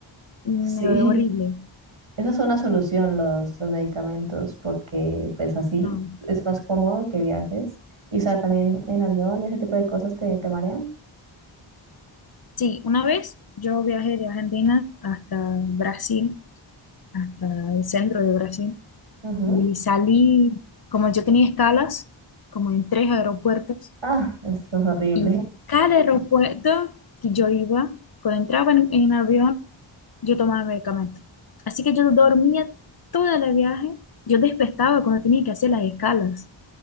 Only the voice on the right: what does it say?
sí,
<laughs> esa es una solución, los, los medicamentos, porque pues así
es más cómodo que viajes. Y o sea, también en avión, ese tipo de cosas te, te marean.
Ujú.
Ah, eso es horrible.